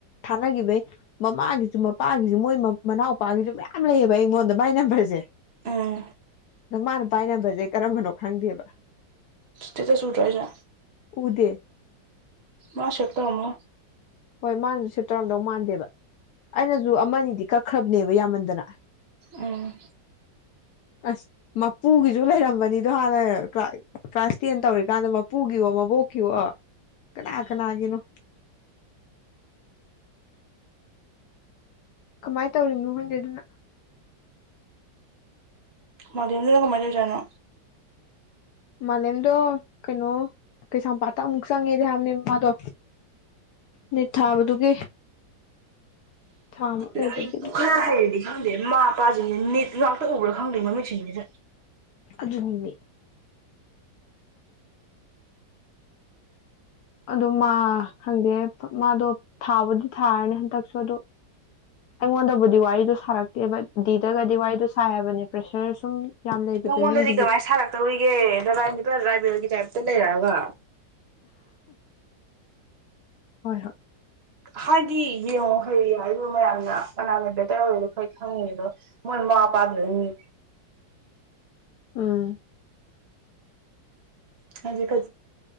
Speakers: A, on the left; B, on the right.
A: ꯊꯥꯅꯈꯤꯕꯒꯤ ꯃꯃꯥꯒꯤꯁꯨ ꯃꯄꯥꯒꯤꯁꯨ ꯃꯣꯏ ꯃꯅꯥꯎꯄꯥꯒꯤꯁꯨ ꯃꯌꯥꯝ ꯂꯩꯌꯦꯕ ꯑꯩꯉꯣꯟꯗ ꯃꯥꯏ ꯅꯝꯕꯔꯁꯦ
B: ꯎꯝ
A: ꯑꯗ ꯃꯥꯅ ꯃꯥꯏ ꯅꯝꯕꯔꯁꯦ ꯑꯩ ꯀꯔꯝꯕꯅꯣ ꯈꯪꯗꯦꯕ
B: ꯇꯗ ꯁꯨꯠ ꯔꯁ
A: ꯎꯗꯦ
B: ꯃꯥ ꯁꯛꯇꯃꯣ
A: ꯍꯣꯏ ꯃꯥꯅꯁꯨ ꯁꯦꯠꯇ꯭ꯔꯝꯗꯧ ꯃꯥꯟꯗꯦꯕ ꯑꯩꯅꯁꯨ ꯑꯃꯅꯤꯗꯤ ꯀꯛꯈ꯭ꯔꯕꯅꯦꯕ ꯌꯥꯝꯃꯟꯗꯅ
B: ꯎꯝ
A: ꯑꯁ ꯃꯄꯨꯒꯤꯁꯨ ꯂꯩꯔꯝꯕꯅꯤꯗꯣ ꯍꯥꯟꯅ ꯀ꯭ꯂꯥꯁ ꯇꯦꯟ ꯇꯧꯔꯤꯀꯥꯟꯗ ꯃꯄꯨꯒꯤꯕꯣ ꯃꯕꯣꯛꯀꯤꯋꯣ ꯀꯅꯥ ꯀꯅꯥꯒꯤꯅꯣ ꯀꯃꯥꯏꯅ ꯇꯧꯔꯤꯅꯣ ꯍꯣꯏꯒꯤ ꯑꯗꯨꯅ
B: ꯃꯗꯤ ꯃ ꯆꯅꯣ
A: ꯃꯥꯂꯦꯝꯗꯣ ꯀꯩꯅꯣ ꯀꯩꯁꯥꯝꯄꯥꯠꯇ ꯑꯃꯨꯛ ꯆꯪꯉꯦꯗꯤ ꯍꯥꯏꯕꯅꯦ ꯃꯥꯗꯣ ꯅꯠ ꯊꯥꯕꯗꯨꯒꯤ ꯊꯥ ꯑꯃꯨꯛ ꯑꯣꯏꯕꯒꯤ
B: ꯂꯥꯏꯔꯤꯛꯄꯨ ꯈꯔ ꯍꯩꯔꯗꯤ ꯈꯪꯗꯦ ꯃꯃ ꯃꯄꯥꯁꯤꯡꯁꯤ ꯅꯤꯠ ꯉꯥꯛꯇ ꯎꯕ꯭ꯔꯥ ꯈꯪꯗꯦ ꯃꯃꯤꯠꯁꯤꯡꯁꯤꯗ
A: ꯑꯗꯨꯨꯝꯃꯤ ꯑꯗꯨ ꯃꯥ ꯈꯪꯗꯦ ꯃꯥꯗꯣ ꯊꯥꯕꯨꯗꯤ ꯊꯥꯔꯅꯤ ꯍꯟꯗꯛꯁꯨ ꯑꯗꯨꯗ ꯑꯩꯉꯣꯟꯗꯕꯨꯗꯤ ꯋꯥꯔꯤꯗꯣ ꯁꯥꯔꯛꯇꯦꯕ ꯗꯤꯗꯒꯗꯤ ꯋꯥꯔꯤꯗꯣ ꯁꯥꯏ ꯍꯥꯏꯕꯅꯦ ꯄ꯭ꯔꯦꯁꯔ ꯁꯨꯝ ꯌꯥꯝ ꯂꯩꯕꯗꯣ
B: ꯅꯪꯉꯣꯟꯗꯗꯤ
A: ꯏꯃꯨꯡꯗꯨꯒꯤ
B: ꯀꯃꯥꯏꯅ ꯁꯥꯔꯛꯇꯧꯔꯤꯒꯦ ꯕꯥꯏꯅꯤ ꯔ꯭ꯔꯥꯏꯕꯦꯜꯒꯤ ꯇꯥꯏꯞ ꯆ ꯂꯩ ꯌꯥꯕ
A: ꯍꯣꯏ ꯍꯣꯏ
B: ꯍꯥꯏꯗꯤ ꯌꯦꯡꯉꯣ ꯍꯩꯔ ꯍꯥꯏꯗ ꯃꯌꯥꯝꯅ ꯀꯅꯥꯅ ꯕꯦꯇꯔ ꯑꯣꯏꯗꯣꯈꯩ ꯈꯪꯉꯉꯦ ꯑꯗꯣ ꯃꯣꯏ ꯃꯃꯥ ꯃꯄꯥꯗꯨꯅꯅꯤ
A: ꯑꯥ
B: ꯈꯖꯤ ꯐꯖꯤ